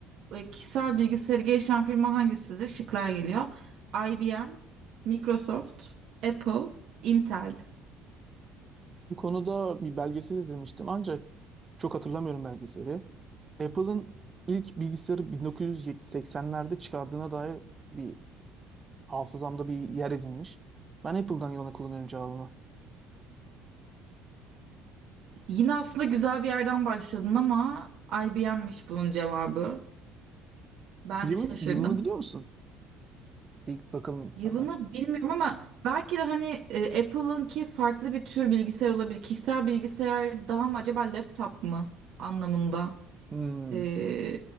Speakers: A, on the right; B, on the right.
A: E, Kişisel bilgisayarı geliştiren firma hangisidir? Şıklar geliyor. IBM, Microsoft, Apple, Intel.
B: Bu konuda bir belgesel izlemiştim ancak çok hatırlamıyorum belgeseli. Apple'ın ilk bilgisayarı 1980'lerde çıkardığına dair bir hafızamda bir yer edinmiş. Ben Apple'dan yana kullanıyorum cevabımı.
A: Yine aslında güzel bir yerden başladın ama IBM'miş bunun cevabı. Ben
B: Yılın,
A: de şaşırdım.
B: yılını biliyor musun? İlk bakalım
A: Yılını
B: hemen.
A: bilmiyorum ama belki de hani e, Apple'ınki farklı bir tür bilgisayar olabilir. Kişisel bilgisayar daha mı acaba laptop mu anlamında?
B: Hmm,
A: Ee,